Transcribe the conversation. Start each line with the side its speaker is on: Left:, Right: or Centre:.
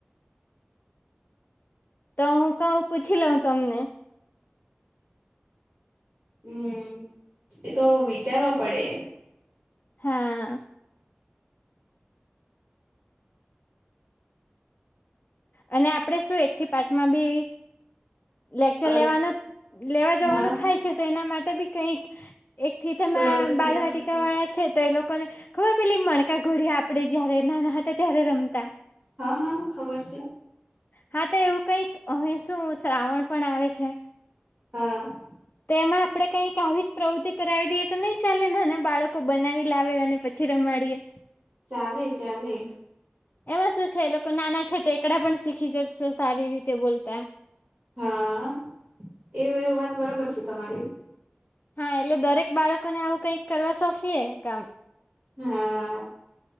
Left: તો હું કહું પૂછ લઉ તમને.
Right: હમ એતો વિચારવા પડે.
Left: હા. અને આપડે શું એક થી પાંચમા બી લેકચર
Right: અ
Left: લેવાનું લેવા જવાનું
Right: હા
Left: થાય છે તો એના માટે બી કઈક એક થી તમે
Right: પ્રવૃત્તિ
Left: બાલવાટી વાળા છે તો એ લોકોને ખબર પેલી મણકા ઘોડિયા આપડે જયારે નાના હતા ત્યારે રમતા.
Right: હા હા હા ખબર છે.
Left: હા તો એવું કઈક અહી શું શ્રાવણ પણ આવે છે.
Right: હા.
Left: તો એમાં આપડે કંઈક આવી જ પ્રવૃત્તિ કરાવી દઈએ તો નહી ચાલે ને બાળકો બનાવી લાવે અને પછી રમાડીએ.
Right: ચાલે ચાલે.
Left: એમાં શું છે લોકો નાના છે તો એકડા પણ શીખી જશે સારી રીતે બોલતા.
Right: હા એ એ વાત બરોબર છે તમારી.
Left: હા એટલે દરેક બાળકોને આવું કઈક કરવા સોંપીએ કામ
Right: હા